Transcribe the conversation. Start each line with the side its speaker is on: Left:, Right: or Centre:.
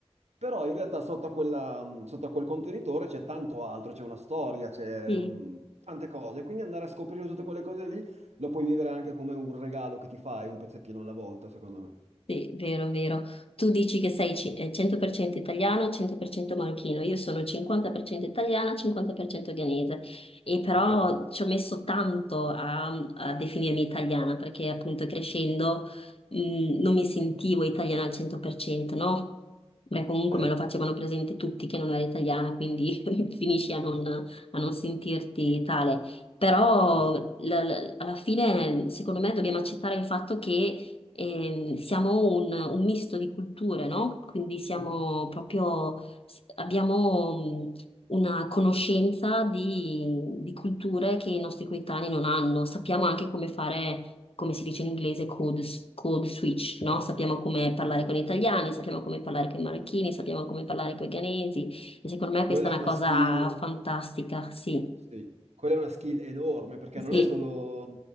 Right: Però in realtà sotto a quella- sotto a quel contenitore c'è tanto altro, c'è una storia, c'è
Left: Sì.
Right: mm, tante cose, quindi andare a scoprire tutte quelle cose lì lo puoi vivere anche come un regalo che ti fai un pezzettino alla volta, secondo me.
Left: Sì, vero, vero. Tu dici che sei ci- eh, 100% italiano, 100% marocchino. Io sono 50% italiana, 50% ghanese. E però
Right: Ok.
Left: ci ho messo tanto a, a definirmi italiana perché appunto crescendo mh,
Right: Mhm,
Left: non mi sentivo italiana al 100%, no? Beh, comunque
Right: Certo.
Left: me lo facevano presente tutti che non ero italiana, quindi <laughs> finisci a non,
Right: <laughs>
Left: a non sentirti tale. Però
Right: capisco.
Left: l- l- alla fine, secondo me, dobbiamo accettare il fatto che e siamo un, un misto di culture, no? Quindi siamo
Right: Mhm,
Left: proprio, s- abbiamo mh, una conoscenza di, di culture che i nostri coetanei non hanno. Sappiamo anche come fare, come si dice in inglese, code, s- code switch, no? Sappiamo come parlare
Right: mhm.
Left: con gli italiani, sappiamo come parlare con i marocchini, sappiamo come parlare con i ghanesi. E secondo me
Right: Quella
Left: questa è
Right: è
Left: una
Right: una
Left: cosa
Right: skill,
Left: fantastica, sì,
Right: sì, quella è una skill enorme perché
Left: sì,
Right: non è solo,